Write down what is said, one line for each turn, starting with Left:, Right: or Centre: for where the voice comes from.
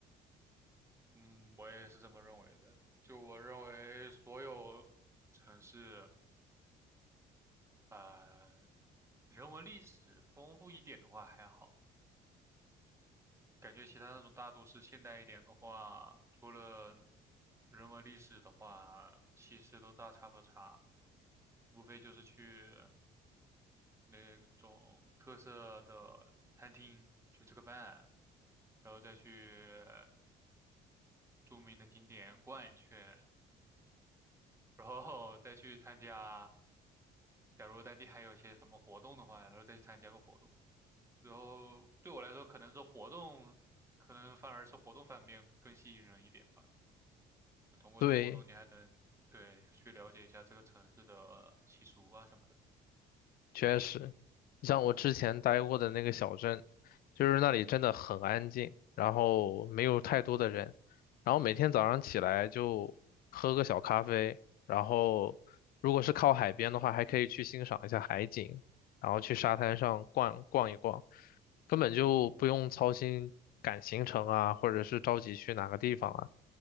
Right: 嗯，我也是这么认为的。就我认为，所有城市，呃，人文历史丰富一点的话还好。感觉其他那种大都市现代一点的话，除了人文历史的话，其实都大差不差，无非就是去那种特色的餐厅去吃个饭，然后再去著名的景点逛一圈，然后 <laughs> 再去参加，假如当地还有些什么活动的话，然后再去参加个活动。然后对我来说，可能是活动，可能反而是活动方面更吸引人一点吧。就通过这个活动，
Left: 对。
Right: 你还能对去了解一下这个城市的习俗啊什么的。
Left: 确实，像我之前待过的那个小镇，就是那里真的很安静，然后没有太多的人，然后每天早上起来就喝个小咖啡，然后如果是靠海边的话，还可以去欣赏一下海景，然后去沙滩上逛逛一逛，根本就不用操心赶行程啊，或者是着急去哪个地方啊，